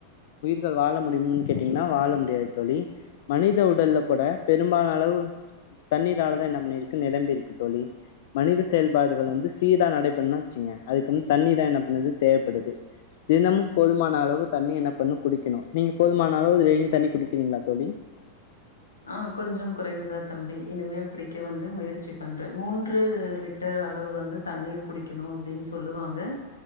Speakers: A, on the left; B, on the left.
A: உயிர்கள் வாழ முடியும்னு கேட்டீங்கன்னா வாழ முடியாது தோழி மனித உடல்ல கூட பெரும்பால அளவு தண்ணீராலதா என்ன பண்ணிருக்கு நிரம்பி இருக்கு தோழி மனித செயல்பாடுகள் வந்து சீரா நடை பண்ணுன்ன வச்சுங்க அதுக்கு வந்து தண்ணிதா என்ன பண்ணது தேவைப்படுது தினமும் போதுமான அளவு தண்ணீ என்ன பண்ணு குடி க்கினு நீங்க போதுமானா அளவு டெய்லி தண்ணி குடிக்கிறீங்களா தோழி
B: ஆ கொஞ்சம் குறைவுதா தம்பி இனிமேல் குடிக்க வந்து முயற்சி பண்றேன் மூன்று லிட்டர் அளவு வந்து தண்ணீர் குடிக்கணும் அப்டின் சொல்லுவாங்க